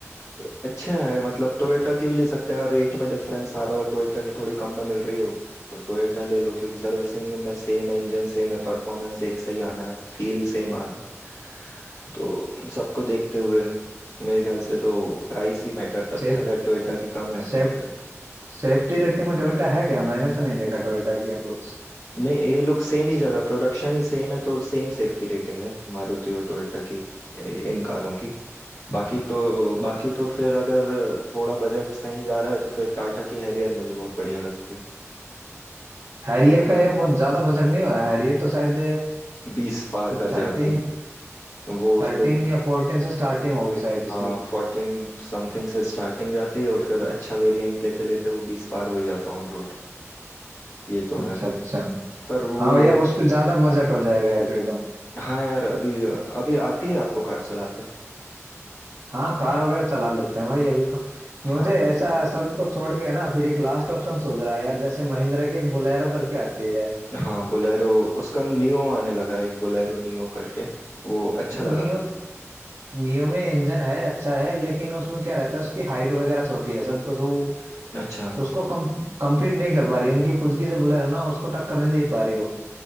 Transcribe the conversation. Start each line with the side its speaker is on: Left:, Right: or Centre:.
Left: तो अच्छा है मतलब टोयोटा की भी ले सकते हैं अगर रेट में डिफरेंस आ रहा हो टोयोटा की थोड़ी कम में मिल रही हो तो टोयोटा ले लो क्योंकि सर्विसिंग में सेम है इंजन सेम है परफॉर्मेंस एक से ही आना है फील सेम आना है तो सबको देखते हुए मेरे ख्याल से तो प्राइस ही मैटर करता
Right: सेफ
Left: है अगर टोयोटा की कम है
Right: सेफ
Left: तो टोयोटा
Right: सेफ्टी रेटिंग में टोयोटा है क्या मैंने तो नहीं देखा टोयोटा की यार कुछ
Left: नहीं ये लोग सेम ही जगह प्रोडक्शन ही सेम है तो सेम सेफ्टी रेटिंग है मारुति और टोयोटा की ए- इन कारों की बाकी तो
Right: अच्छा
Left: बाकी तो फिर अगर थोड़ा बजट सही जा रहा है तो फिर टाटा की हैरियर मुझे बहुत बढ़िया लगती
Right: हैरियर का यार बहुत ज्यादा बजट नहीं हो रहा हैरियर तो शायद
Left: बीस पार कर
Right: थर्टीन
Left: जाती वो उसको
Right: थर्टीन या फोर्टीन से स्टार्टिंग होगी शायद
Left: हाँ
Right: इसकी
Left: फोर्टीन समथिंग से स्टार्टिंग जाती है और फिर अच्छा वेरिएंट लेते लेते वो बीस पार हो ही जाता ऑन रोड ये तो
Right: अच्छा
Left: है
Right: अच्छा
Left: पर वो
Right: हाँ
Left: ये
Right: यार उस पे ज्यादा बजट हो जाएगा यार फिर तो
Left: हाँ यार अभी अभी आती है आपको कार चलाते
Right: हाँ कार वगैरह चला लेते हैं भाई अभी तो
Left: हाँ
Right: मुझे
Left: तो
Right: ऐसा सब कुछ छोड़ के है ना फिर एक लास्ट ऑप्शन सोच रहा है यार जैसे महिंद्रा की एक बोलेरो करके आती है यार
Left: हाँ बोलेरो उसका नियो आने लगा है, एक बोलेरो नियो करके वो अच्छा लगा
Right: नियो
Left: मुझे
Right: नियो में इंजन है अच्छा है लेकिन उसमें क्या रहता है उसकी हाइट वगैरह छोटी है सब कुछ वो
Left: अच्छा
Right: उसको कम compete नहीं कर पा रही उनकी खुद की जो बोलेरो ना उसको टक्कर नहीं दे पा रही वो